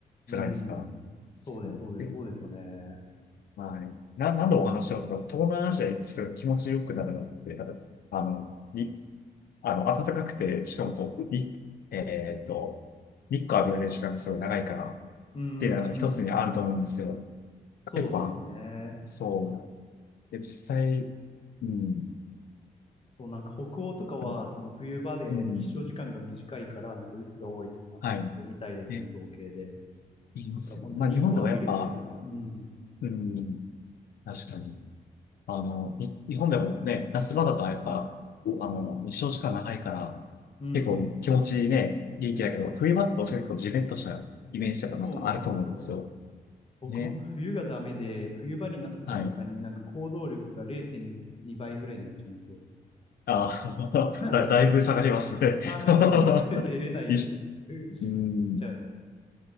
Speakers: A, on the left; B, on the left.
A: じゃないですか。
B: うん。そうです、
A: そう。
B: そうです、
A: で、
B: そうですよね。
A: はい。な、なんお話ししてますか東南アジア行ってすごい気持ちよくなるのって、多分、あの、に、あの、暖かくて、しかもこう、に、えっと、日光浴びられる時間がすごい長いから、っ
B: うん。
A: ていうのが一つにあると思うんですよ。
B: そうですよね。
A: やっぱ、そうだ。で、実際、うん、
B: そう、なんか北欧とかは、
A: うん、
B: その冬場で日照時間が短いから、
A: うん
B: なんか鬱が多いとか、
A: はい。
B: あるみたいですね、
A: ね、
B: 統計で。
A: 言いますよね。
B: だから本当に日光を浴びるっていうのが、
A: まあ、日本でもやっぱ、
B: うん。
A: うん、確かに。あの、い日本でもね、夏場とかやっぱ、あの、日照時間長いから、
B: うん。
A: 結構気持ちいいね、元気だけど、冬場ってどそちかと結構ジメッとしたイメージとかなんかあると思うんですよ。
B: そうなんですよ。僕本当冬がダメで、
A: ね。
B: 冬場になった瞬間になんか行動力が0.2倍ぐらいになっちゃうんですよ。
A: はい。ああ
B: <laughs>
A: <laughs> だ、だいぶ下がりますね。
B: 寒、
A: <laughs>
B: 寒くて出れないっていう。
A: いじ
B: <laughs> な
A: うん、
B: っちゃう。